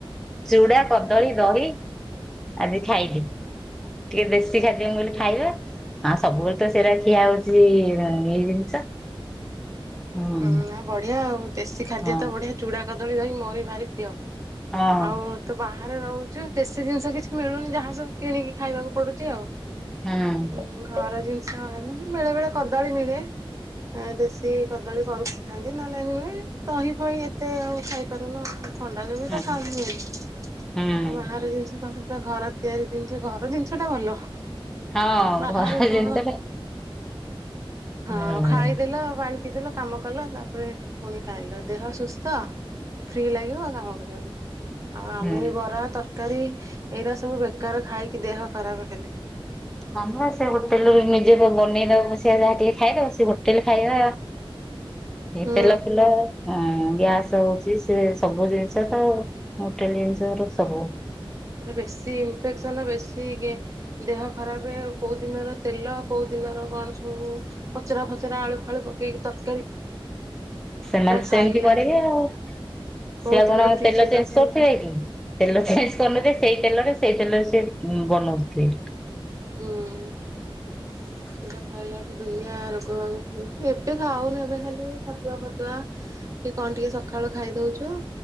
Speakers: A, in the centre; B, on the right (about 35°).
A: ଚୁଡା କଦଳୀ ଦହି ଆଜି ଖାଇଲି। ଟିକେ ଦେଶୀ ଖାଦ୍ୟ ମୁଁ କହିଲି ଖାଇବା। ହଁ ସବୁବେଳେ ତ ସେଇରା ଖିଆ ହଉଛି ନି ଜିନିଷ। ହୁଁ
B: ଉଁ ନାଇଁ ବଢିଆ ଆଉ ଦେଶୀ ଖାଦ୍ୟ
A: ହଁ
B: ତ ବଢିଆ। ଚୁଡ଼ା କଦଳୀ ଦହିି ମୋରି ବି ଭାରି ପ୍ରିୟ
A: ହଁ
B: ଆଉ ତୁ ବାହାରେ ରହୁଛୁ ଦେଶୀ ଜିନିଷ କିଛି ମିଳୁନି ଯାହା ସବୁ କିଣିକି ଖାଇବାକୁ ପଡୁଛି ଆଉ।
A: ହଁ ଅଁ।
B: ଉଁ ଘର ଜିନିଷ ମାନେ ବେଳେ ବେଳେ କଦାଳୀ ମିଳେ ଦେଶୀ କଦଳୀ ଘରୁ ପଠାନ୍ତି ନହଲେ ଦହି ଫହି ଏତେ ଆଉ ଖାଇପାରୁନ ଆ ଥଣ୍ଡା ଲ ବି
A: ହୁଁ
B: ତ ଖାିବନି <unintelligible>
A: ହୁଁ
B: ଆଉ ବାହାର ଜିନିଷ ତମେ ପୁରା ଘର ତିଆରି ଜିନିଷ ଘର ଜିନିଷ ଟା ଭଲ
A: ହଁ
B: ବାହାରେ
A: ଘର
B: କଣ
A: ଜିନିଷ
B: ହଁ
A: ଭଲ ଲାଗେ।
B: ଖାଇଦେଲ ପାଣି ପିଇଦେଲ କାମ କଲ ତାପରେ ପୁଣି ଖାଇଲ ଦେହ ସୁସ୍ଥ ଫ୍ରି ଲାଗିବ ଆଉ କାମ କରିବା ପାଇଁ। ଆଉ ଆମେ
A: ହୁଁ
B: ବରା ତରକାରୀ ଏଇରା ସବୁ ବେକାର ଖାଇକି ଦେହ ଖରାପ ଖାଲି।
A: ହ ସେ ହୋଟେଲରୁ ନିଜେ ବନେଇ ଦବ ସେ ଯାହା ଟିକେ ଖାଇଦବ ସେ ହୋଟେଲ ଖାଇବା ଏ
B: ହୁଁ
A: ତେଲ ଫେଲ ଗ୍ୟାସ ହଉଛି ସେ ସବୁ ଜିନିଷ ତ ହୋଟେଲ ଜିନିଷ ର ସବୁ
B: ଏଟା ବେଶୀ ଇନଫେକ୍ସନ୍ ବେଶୀ ଟିକେ ଦେହ ଖରାପ କୋଉ ଦିନର ତେଲ କୋଉ ଦିନର କଣ ସବୁ ପଚରା ଫଚରା ଆଳୁ ଫାଳୁ ପକେଇକି ତର
A: ସେମାନେ ସେମିତି
B: ଖାଇଲା
A: କରିବେ ଆଉ
B: କୋଉ
A: ସେଆ
B: ଦିନର
A: କଣ
B: ଫ୍ରିଜରେ
A: ତେଲ ଚେଞ୍ଜ
B: ରଖି
A: କରୁଥିବେ କି ତେଲ ଚେଞ୍ଜ କରିନଥିଲେ ସେଇ ତେଲରେ ସେଇ ତେଲରେ ସେ ବନଉଥିବେ।
B: ହଁ।
A: <inaudible>
B: ସେଟା ଖାଇଲା ଠୁ ଦୁନିଆ ରୋଗ ବାଗ ହଉଛି ଏବେ ଖାଉନି ଏବେ ଖାଲି ଛତୁଆ ଫତୁଆ କି କଣ ଟିକେ ସକାଳୁ ଖାଇଦଉଛୁ